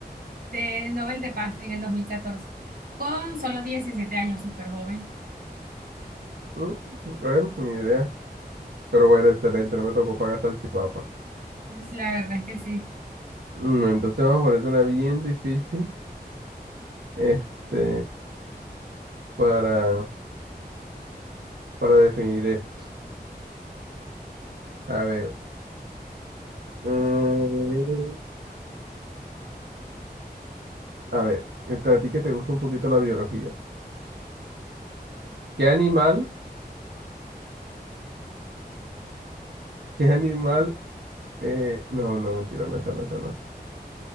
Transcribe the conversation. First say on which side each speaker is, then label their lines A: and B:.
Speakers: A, on the right; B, on the right.
A: de Nobel de Paz en el 2014 con solo 17 años, súper joven.
B: Mm, Bueno, ni idea. Pero bueno, excelente, no me tocó pagar salchipapa.
A: La verdad es que sí.
B: Mm, Entonces vamos a ponerte una bien difícil, este, para, para definir esto. A ver. mm, A ver, esta- a ti que te gusta un poquito la biología. ¿Qué animal, qué animal, eh, no, no, mentira, no, esa no, esa no.